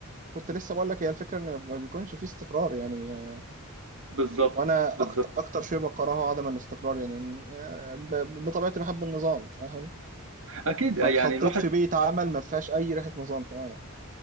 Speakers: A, on the right; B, on the right.
A: كنت لسه بقول لك هي الفكره ان ما بيكونش في استقرار يعني آه،
B: بالظبط
A: وانا
B: بالظبط
A: اكتر اكتر شيء بكرهه عدم الاستقرار يعني آه، ب- ب- بطبيعتي بحب النظام فاهم
B: اكيد آه،
A: فاتحطيت
B: يعني الواحد
A: في بيئه عمل ما فيهاش اي ريحه نظام تماما